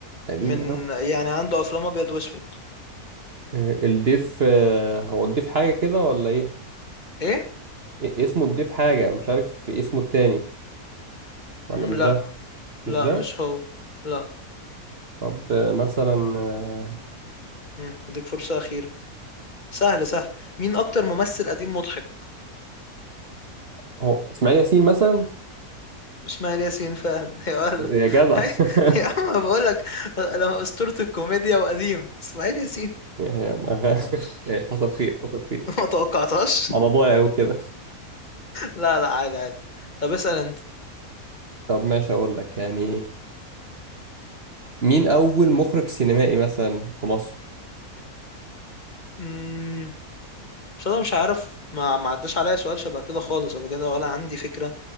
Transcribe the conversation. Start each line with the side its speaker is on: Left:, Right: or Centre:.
Right: قديم
Left: من
Right: قوي
Left: يعني عنده افلام ابيض واسود
Right: آه، الضيف آه، هو الضيف حاجه كده ولا ايه
Left: ايه
Right: إيه اسمه الضيف حاجه مش عارف اسمه التاني ولا
Left: مم،
Right: مش
Left: لا
Right: ده
Left: لا
Right: مش ده
Left: مش هو لا
Right: طب آه، مثلا آه،
Left: مم، هديك فرصة أخيرة سهل سهل مين أكتر ممثل قديم مضحك
Right: هو اسماعيل ياسين مثلا
Left: إسماعيل ياسين فعلا <laughs> يا ولد
Right: يا جدع
Left: <laughs> يا
Right: <laughs>
Left: عم بقول لك أنا أسطورة الكوميديا وقديم إسماعيل ياسين
Right: يعني ما- <laughs> ماشي، حصل خير حصل خير
Left: <laughs> ما توقعتهاش
Right: على ضايع وكده
Left: لا لا عادي عادي طب اسأل
Right: طب ماشي اقول لك يعني مين اول مخرج سينمائي مثلا في مصر
Left: أنت بس انا مش عارف ما ما عداش عليا سؤال شبه كده خالص قبل كده ولا عندي فكره